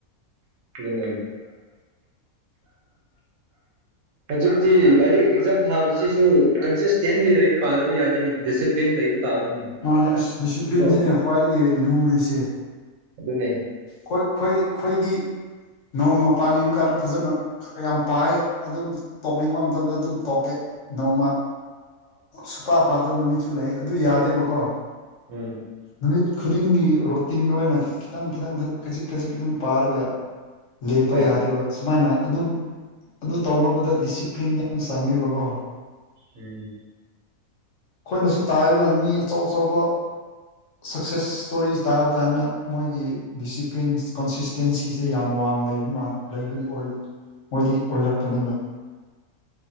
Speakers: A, on the right; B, on the left.
A: ꯑꯗꯨꯅꯤ
B: <inaudible>
A: ꯍꯧꯖꯤꯛꯇꯤ ꯂꯥꯏꯔꯤꯛ ꯑꯦꯛꯖꯥꯝ ꯊꯥꯕꯁꯤꯁꯨ ꯀꯟꯁꯤꯁꯇꯦꯟꯂꯤ ꯂꯥꯏꯔꯤꯛ ꯄꯥꯗꯕ ꯌꯥꯗꯦꯅꯦ ꯂꯩꯕ ꯇꯥꯕꯅꯤꯅꯦ
B: ꯃꯥꯅꯦ ꯑꯁ ꯗꯤꯁꯤꯄ꯭ꯂꯤꯟꯁꯤꯅꯦ
A: ꯀꯣ
B: ꯈ꯭ꯋꯥꯏꯗꯒꯤ ꯂꯨꯔꯤꯁꯦ
A: ꯑꯗꯨꯅꯦ
B: ꯈꯣꯏ ꯑꯩꯈꯣꯏꯗꯤ ꯅꯣꯡꯃ ꯄꯥꯟꯕꯥꯟꯅꯤꯡꯕ ꯀꯥꯟꯗ ꯐꯖꯅ ꯈꯔ ꯌꯥꯝ ꯄꯥꯏ ꯑꯗꯨꯝ ꯇꯣꯛꯅꯤꯡꯕ ꯃꯇꯝꯗ ꯑꯗꯨꯝ ꯇꯣꯛꯀꯦ ꯅꯣꯡꯃ ꯁꯨꯄꯥ ꯄꯥꯗꯥ ꯅꯨꯃꯤꯠꯁꯨ ꯂꯩ ꯑꯗꯨ ꯌꯥꯗꯦꯕꯀꯣ
A: ꯎꯝ
B: ꯅꯨꯃꯤꯠ ꯈꯨꯗꯤꯡꯒꯤ ꯔꯣꯇꯤꯟ ꯑꯣꯏꯅ ꯈꯤꯇꯪ ꯈꯤꯇꯪ ꯈꯖꯤꯛ ꯈꯖꯤꯛ ꯈꯖꯤꯛ ꯑꯗꯨꯝ ꯄꯥꯔꯒ ꯂꯦꯞꯄ
A: ꯍꯣꯏ
B: ꯌꯥꯗꯦꯕ ꯁꯨꯃꯥꯏꯅ ꯑꯗꯨ ꯑꯗꯨ ꯇꯧꯅꯕꯗ ꯗꯤꯁꯤꯄ꯭ꯂꯤꯟ ꯌꯥꯝ ꯆꯪꯉꯦꯕꯀꯣ
A: ꯎꯝ
B: ꯑꯩꯈꯣꯏꯅꯁꯨ ꯇꯥꯔꯤꯕ ꯃꯤ ꯑꯆꯧ ꯑꯆꯧꯕ ꯁꯛꯁꯦꯁ ꯁ꯭ꯇꯣꯔꯤ ꯇꯥꯕ ꯀꯥꯟꯗ ꯃꯣꯏꯒꯤ ꯗꯤꯁꯤꯄ꯭ꯂꯤꯟ ꯀꯣꯟꯁꯤꯁ ꯇꯦꯟꯁꯤꯁꯦ ꯌꯥꯝ ꯋꯥꯡꯅ ꯂꯩꯕ ꯂꯩꯕꯒꯤ ꯑꯣꯏꯕ ꯃꯣꯏꯗꯤ ꯑꯣꯏꯔꯛꯄꯅꯦꯕ